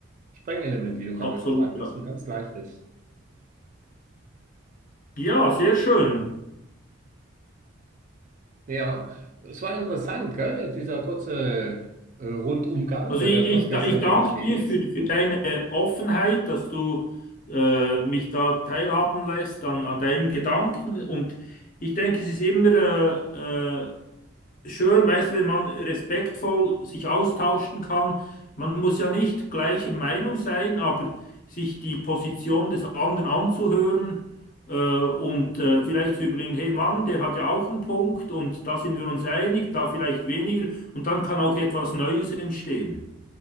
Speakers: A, on the right; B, on the left.
A: Sprengelement, wie du gerade
B: absolut.
A: gesagt hast,
B: Ja,
A: ein ganz leichtes.
B: ja sehr schön.
A: Ja, es war interessant, gell? jetzt Dieser kurze äh, Rundumgang
B: Also
A: über
B: ich,
A: das,
B: ich,
A: was gestern
B: da- ich danke
A: so geschehen
B: dir
A: ist.
B: für, für deine Offenheit, dass du äh, mich da teilhaben lässt an, an deinen Gedanken. Und ich denke, es ist immer äh, äh, schön, weißt du, wenn man respektvoll sich austauschen kann. Man muss ja nicht gleicher Meinung sein, aber sich die Position des anderen anzuhören äh, und äh, vielleicht zu überlegen, hey Mann, der hat ja auch einen Punkt und da sind wir uns einig, da vielleicht weniger und dann kann auch etwas Neues entstehen.